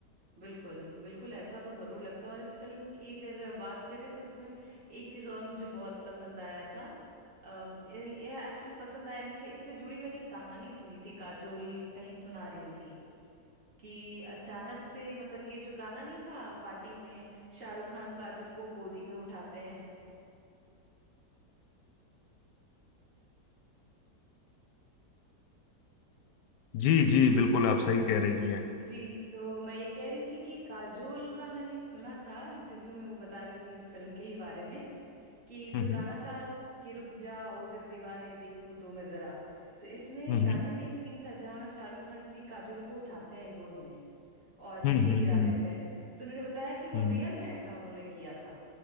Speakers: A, on the right; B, on the left.
A: बिल्कुल बिल्कुल ऐसा तो जरूर लगता है और इस फिल्म की अगर बात करें तो इसमें एक चीज और मुझे बहुत पसंद आया था एक्चुअली पसंद आया नहीं था इससे जुड़ी मैंने एक कहानी सुनी थी काजोल कहीं सुना रही थी कि अचानक से मतलब ये जो गाना नहीं था पार्टी में शाहरुख खान काजोल को गोदी में उठाते हैं
B: जी जी बिल्कुल आप सही कह रही हैं
A: जी तो मैं ये कह रही थी कि काजोल का मैंने एक सुना था इंटरव्यू में वो बता रही थी इस फिल्म के ही बारे में कि
B: हम्म
A: जो गाना था कि रुक जा ओ दिल दीवाने देखूं तो मैं जरा तो इसमें
B: हम्म
A: गाने में एक सीन था जहाँ शाहरुख खान जी काजोल को उठाते हैं गोद में और नीचे
B: हम्म हम्म
A: गिरा
B: हम्म
A: देते हैं तो उन्होंने बताया कि वो
B: हम्म,
A: रियल में ऐसा उन्होंने किया था